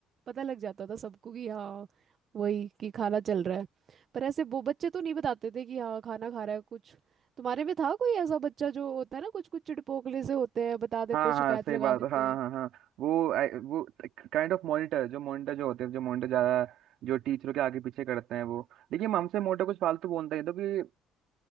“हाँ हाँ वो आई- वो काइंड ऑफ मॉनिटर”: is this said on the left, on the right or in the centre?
Right